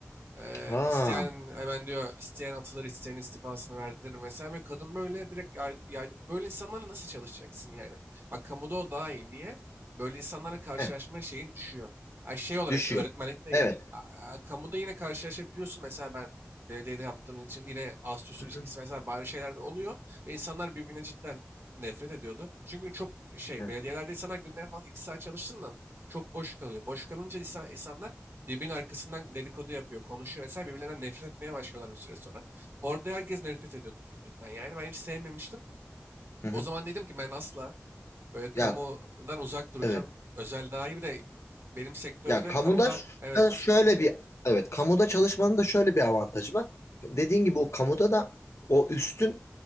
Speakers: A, on the right (about 60°); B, on the left (about 75°).
A: Eee,
B: Ha,
A: isteyen hemen diyor isteyen atılır isteyen istifasını verdirir. Mesela bir kadın böyle direkt yay, yaydı. Böyle insanlarla nasıl çalışacaksın yani? Bak kamuda o daha iyi. Niye? Böyle insanlarla karşılaşma
B: he,
A: şeyin düşüyor. Ay şey olarak
B: düşüyor.
A: öğretmenlik de
B: Evet.
A: iyi. Aa, kamuda yine karşılaşabiliyorsun. Mesela ben belediyede yaptığım için yine astüs
B: Hı
A: ilişkisi
B: hı.
A: vesaire bari şeyler de oluyor. Ve insanlar birbirine cidden nefret ediyordu. Çünkü çok şey
B: Evet.
A: belediyelerde insanlar günde en fazla iki saat çalıştığından çok boş kalıyor. Boş kalınca insan, insanlar Birbirinin arkasından dedikodu yapıyor, konuşuyor vesaire. Birbirlerinden nefret etmeye başlıyorlar bir süre sonra. Orada herkes nefret ediyordu birbirinden. Yani ben hiç sevmemiştim.
B: Hı hı.
A: O zaman dedim ki ben asla böyle kamudan
B: Ya
A: uzak duracağım.
B: evet.
A: Özel daha iyi bir de benim sektörde
B: Ya kamuda
A: kamuda
B: ş-
A: evet
B: da şöyle bir evet kamuda çalışmanın da şöyle bir avantajı var. Dediğin gibi o kamuda da o üstün